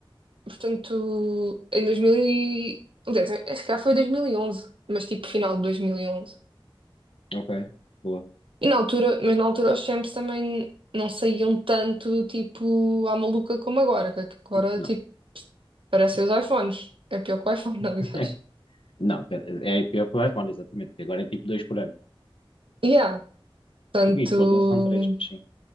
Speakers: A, on the right; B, on the left.
A: Portanto, em 2000 e... Aliás, é, acho que já foi dois mil e onze mas tipo final de 2011. E onze.
B: Ok, boa.
A: E na altura, mas na altura os champs também não saíam tanto, tipo, à maluca como agora. Que agora,
B: Não,
A: tipo, parecem
B: não,
A: os iPhones. É pior que o iPhone,
B: <laughs>
A: <laughs> aliás.
B: Não, pera, é pior que o iPhone, exatamente, que agora é tipo dois por ano.
A: Yeah, tanto...
B: E, e quando não são três, mas sim.